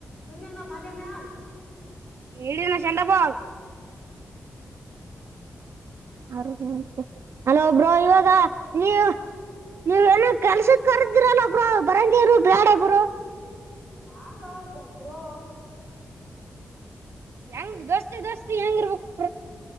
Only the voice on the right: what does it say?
ಈಡಿನ ಚೆಂಡಪಲ್. ಆೋಗ್ಯ ಹಲೋ ಒಬರು ಇವಾಗ ನೀವು ನೀವೇನ ಕೆಲ್ಸಕ್ಕೆ ಕದಿರಲ್ಲ ಒಬ್ರ ಬರಂದಿರು ಬೇಡ ಒಬ್ರು.
ಹೆಂಗ್ ದೋಸ್ತಿ ದೋಸ್ತಿ ಹೆಂಗ ಇರ್ಬೇಕು.